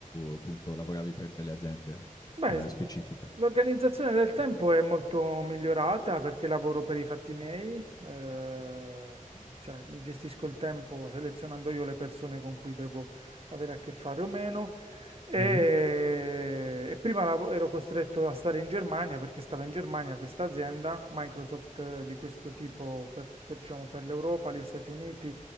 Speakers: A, on the left; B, on the right.
A: appunto, lavoravi per delle aziende
B: Beh,
A: eh,
B: s-
A: specifiche?
B: l'organizzazione del tempo è molto migliorata perché lavoro per i fatti miei, eh, cioè mi gestisco il tempo selezionando io le persone con cui devo avere a che fare o meno. E,
A: Mhm.
B: e prima lavo- ero costretto a stare in Germania perché stava in Germania questa azienda, Microsoft eh, di questo tipo per, per, diciamo, per l'Europa, gli Stati Uniti